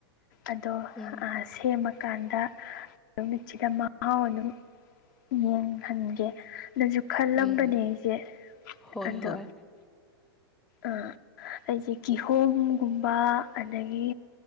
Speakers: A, on the left (about 50°); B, in the centre.
A: ꯑꯗꯣ
B: ꯎꯝ
A: ꯑ ꯁꯦꯝꯃꯀꯥꯟꯗ ꯅꯨꯃꯤꯠꯁꯤꯗ ꯃꯍꯥꯎ ꯑꯗꯨꯝ ꯌꯦꯡꯍꯟꯒꯦ ꯑꯗꯨꯁꯨ ꯈꯜꯂꯝꯕꯅꯦ
B: ꯎꯝ
A: ꯑꯩꯁꯦ
B: ꯍꯣꯏ
A: ꯑꯗꯣ
B: ꯍꯣꯏ
A: ꯑꯥ ꯑꯩꯁꯦ ꯀꯤꯍꯣꯝꯒꯨꯝꯕ ꯑꯗꯒꯤ